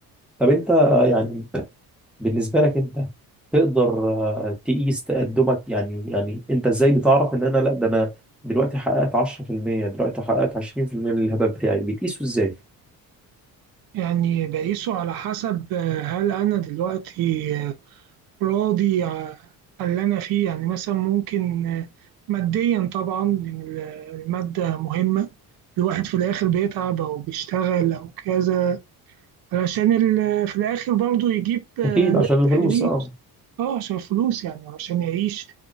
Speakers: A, in the centre; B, on the right (about 75°).
A: طب انت يعني بالنسبة لك انت تقدر آه، تقيس تقدمك يعني يعني انت ازاي بتعرف ان انا لا ده انا دلوقتي حققت 10% دلوقتي حققت 20% من الهدف بتاعي بتقيسه ازاي؟
B: يعني بقيسه على حسب آه، هل أنا دلوقتي آه، راضي على اللي أنا فيه يعني مثلا ممكن آه، ماديا طبعا إن ال- المادة مهمة الواحد في الآخر بيتعب أو بيشتغل أو كذا علشان ال- في الآخر برضه يجيب آه،
A: اكيد
B: ربح
A: عشان الفلوس
B: ليه
A: اه
B: اه عشان فلوس يعني عشان يعيش